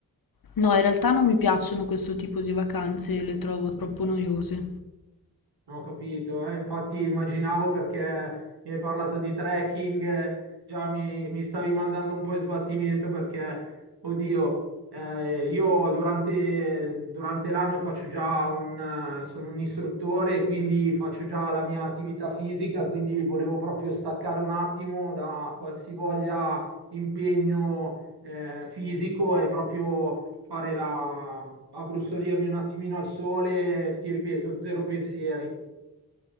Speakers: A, on the left; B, on the right.
A: No, in realtà non mi piacciono questo tipo di vacanze, le trovo troppo noiose.
B: No, Ho capito, eh, infatti immaginavo perché mi hai parlato di trekking, eh, già mi, mi stavi mandando un po' in sbattimento perché, oddio, eh, io durante, durante l'anno faccio già un, eh, sono un istruttore, quindi faccio già la mia attività fisica, quindi volevo proprio staccare un attimo da qualsivoglia impegno, eh, fisico e proprio fare la, abbrustolirmi un attimino al sole, ti ripeto, zero pensieri.